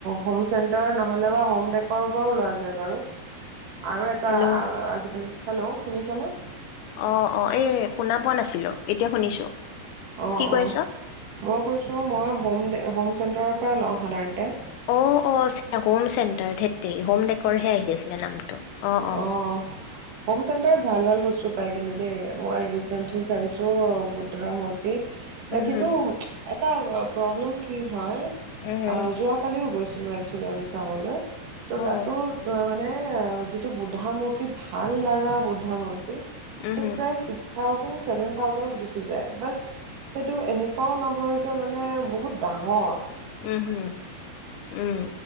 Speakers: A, on the right (about 60°); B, on the left (about 75°).
A: হোম চেণ্টাৰ নহলে বা হোম ডৰ পৰাও লোৱা যায় বাৰু আৰু এটা
B: হেল্ল'
A: আৰু আজিকালি হেল্ল' শুনিছনে
B: অঁ অঁ এই শুনা পোৱা নাছিলোঁ এতিয়া শুনিছোঁ।
A: অঁ
B: কি কৈ
A: অঁ
B: আছ?
A: মই কৈছো মই হোম দে হোম চেণ্টাৰৰ পৰা লওঁ সাধাৰণতে
B: অঁ অঁ হোম চেণ্ট হোম ডেকৰহে আহি আছিলে নামটো অ', অ'
A: অঁ হোম চেণ্টাৰত ভাল ভাল বস্তু পায় কিন্তু দেই মই ৰিচেণ্টলি চাইছোঁ বুদ্ধৰ মূৰ্তি
B: উম,
A: কিন্তু
B: হুম,
A: এটা প্ৰব্লেম কি হয়
B: উম, হুম,
A: অঁ যোৱা কালিও গৈছো একচোৱেলিমি চাবলৈ ত তাতো
B: অ'
A: মান এ এইটো বুধামূৰ্তি ভাল লগা বুধামূৰ্তি
B: উম
A: টো
B: হুম
A: প্ৰায় ছিক্স থাজে ছেভেন থাউজেণ্ড গুছি যায় সেইটো এনেকুৱাও নহয় যে মানে বহুত ডাঙৰ
B: উম হম উম